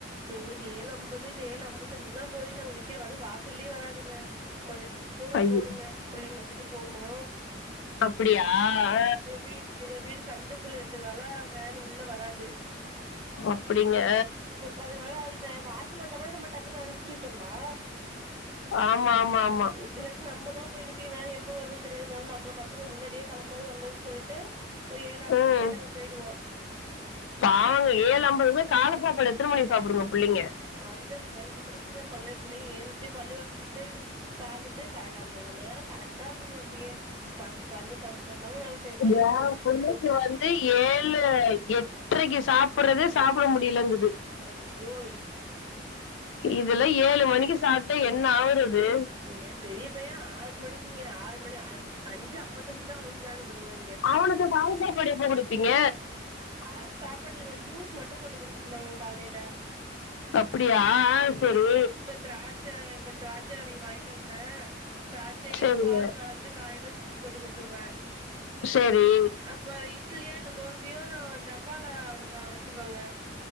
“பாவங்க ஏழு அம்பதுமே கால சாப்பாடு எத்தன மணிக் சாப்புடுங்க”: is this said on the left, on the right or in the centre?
Left